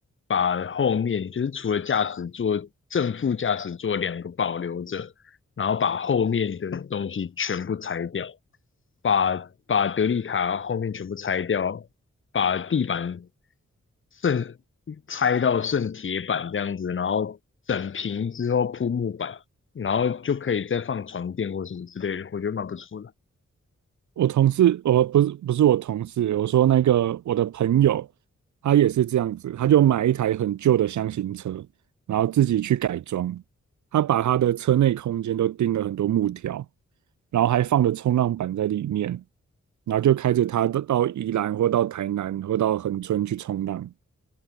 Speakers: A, on the left; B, on the right.
A: 把后面就是除了驾驶座正副驾驶座两个保留着，然后把后面的东西全部拆掉，把把德利卡后面全部拆掉，把地板剩拆到剩铁板这样子，然后整平之后铺木板，然后就可以再放床垫或什么之类的，我觉得蛮不错的。
B: 我同事，我不是不是我同事，我说那个我的朋友，他也是这样子，他就买一台很旧的箱型车，然后自己去改装，他把他的车内空间都钉了很多木条，然后还放了冲浪板在里面，然后就开着他到到宜兰或到台南或到恒春去冲浪，